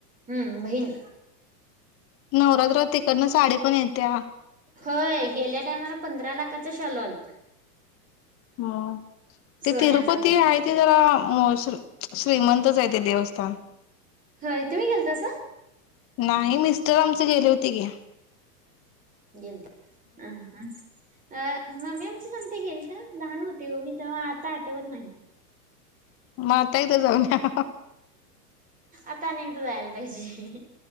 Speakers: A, on the right; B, on the left.
A: हम्म बहीण.
B: नवरात्र तिकडनं साडी पण येत्या.
A: होय. गेल्या टायमाला पंधरा लाखाचा शालू आलता.
B: हो.
A: सोन्याचा
B: ते तिरुपती
A: पूर्ण.
B: आहे ते जरा श्रीमंतच आहेत. ते देवस्थान.
A: होय. तुम्ही गेलतासा?
B: नाही. मिस्टर आमचे गेले होते कि.
A: ग हम हम. अ मम्मी आमची सगती गेलत, लहान होते मी तेव्हा आता आठवत नाही.
B: म आता एकदा जाऊन या.
A: आता अनेकदा जायला पाहिजे.